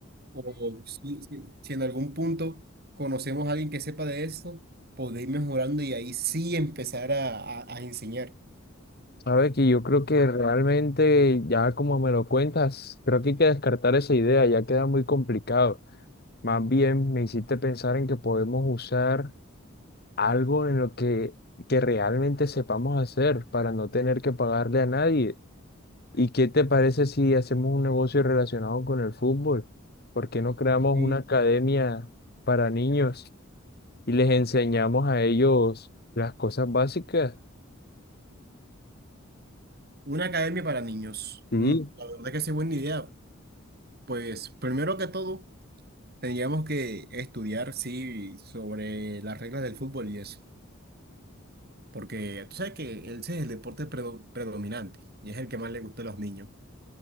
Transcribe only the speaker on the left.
A ver, que yo creo que realmente, ya como me lo cuentas, creo que hay que descartar esa idea, ya queda muy complicado. Más bien me hiciste pensar en que podemos usar algo en lo que, que realmente sepamos hacer para no tener que pagarle a nadie. ¿Y qué te parece si hacemos un negocio relacionado con el fútbol? ¿Por qué no creamos
una academia para niños? y les enseñamos a ellos las cosas básicas.
Sí,